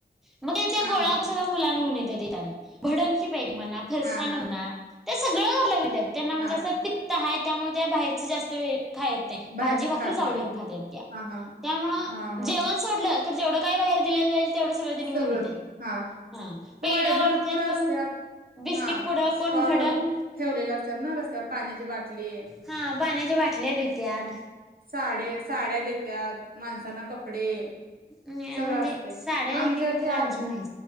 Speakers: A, in the centre; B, on the right (about 55°).
A: मग त्या
B: हा
A: गोळा
B: हा
A: सगळ्या मुलांना घेऊन येते देताना भडणची बॅग म्हणा, फरसाना
B: हा हा
A: म्हणा त्या सगळं वरलं <unintelligible> वितात त्यांना म्हणजे
B: हा
A: असं पित्त आहे त्यामुळे त्या बाहेरच जास्त वेळ खायच <unintelligible> भाजी,
B: बाहेरच
A: भाकरी
B: खात नाहीत.
A: आवडीने खातात त्या
B: हा हा
A: त्यामुळे
B: हा हा
A: जेव वा <unintelligible> तर जेवढं काही बाहेर दिलं जाई <unintelligible> तेवढं सगळ त्यांनी
B: सगळं
A: घेऊन येतात,
B: हा
A: हा पेढ
B: होय
A: वाटतात
B: भरपूर
A: पण
B: असत्यात
A: बिस्किट
B: हा
A: पुड
B: स्टॉल
A: कोण भडंग
B: ठेवलेले असतात ना रस्त्यावर पाण्याची बाटली
A: हा पाण्याच्या बाटल्या देतात
B: साड साड्या देत्या माणसांना कपडे
A: अं
B: सगळं
A: म्हणजे
B: असते.
A: <unintelligible> अजून
B: आमच्या ते आ
A: नाही